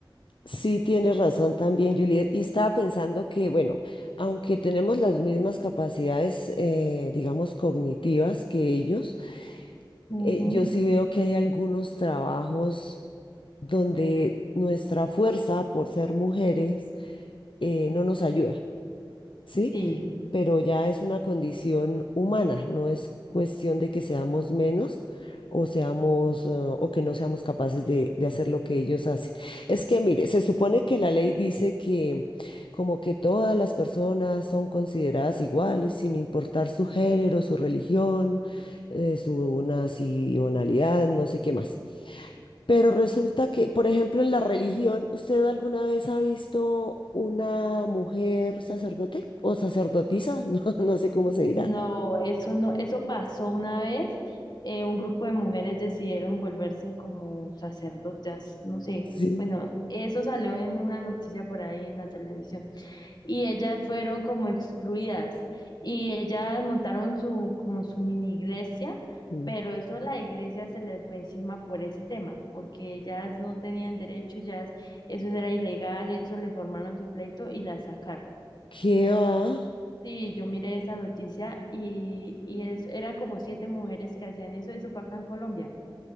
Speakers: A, on the left; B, on the left.
A: sí, tienes razón también, Juliet. Y estaba pensando que, bueno, aunque tenemos las mismas capacidades, eh, digamos, cognitivas que ellos,
B: ujú,
A: eh, yo sí veo que hay algunos trabajos donde nuestra fuerza por ser mujeres eh, no nos ayuda, ¿sí?
B: sí.
A: pero ya es una condición humana, no es cuestión de que seamos menos o seamos eh, o que no seamos capaces de, de hacer lo que ellos hacen. Es que, mire, se supone que la ley dice que como que todas las personas son consideradas iguales, sin importar su género, su religión, eh, su nacionalidad, no sé qué más. Pero resulta que, por ejemplo, en la religión, ¿usted alguna vez ha visto una mujer sacerdote o sacerdotisa? <laughs> No, no sé cómo se dirá.
B: No, eso no, eso pasó una vez. eh, un grupo de mujeres decidieron volverse en como sacerdotas, no sé.
A: Sí.
B: Bueno, eso salió en una noticia por ahí en la televisión. Y ellas fueron como excluidas. Y ellas montaron su, como su mini iglesia,
A: Mm,
B: pero eso la iglesia se les fue encima por ese tema, porque ellas no tenían derecho, ellas, eso era ilegal, eso le formaron su pleito y las sacaron.
A: ¿Qué va?
B: Sí, yo miré esa noticia y, y es, eran como siete mujeres que hacían eso, eso fue acá en Colombia.